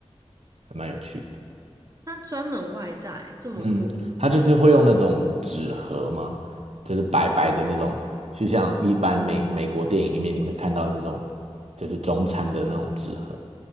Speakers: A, on the right; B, on the right.
A: 还蛮有趣的。
B: 他专门外带，这么酷，
A: 嗯，他就是会用那种纸盒吗？就是白白的那种，就像一般美美国电影里面你会看到的那种，就是中餐的那种纸盒。